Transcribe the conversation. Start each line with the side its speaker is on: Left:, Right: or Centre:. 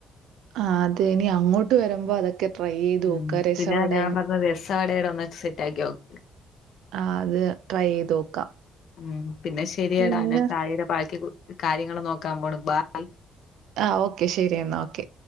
Right: ആഹ് അതെ ഇനി അങ്ങോട്ട് വരുമ്പോ അതൊക്കെ- ട്രൈ ചെയ്ത്
Left: ഉം
Right: നോക്കാം രസവടയും
Left: പിന്നെ ഞാൻ പറഞ്ഞത് രസ വടയുടെ ഒന്ന് സെറ്റാക്കി നോക്ക്
Right: ആഹ് അത് ട്രൈ ചെയ്ത് നോക്കാം
Left: ഉം പിന്നെ ശരിയടാ
Right: പിന്നെ
Left: ഞാൻ ചായെടെ ബാകി കാര്യങ്ങൾ നോക്കാൻ പോണു ബായ്
Right: ആഹ് ഓക്കെ ശരി എന്നാൽ ഓക്കെ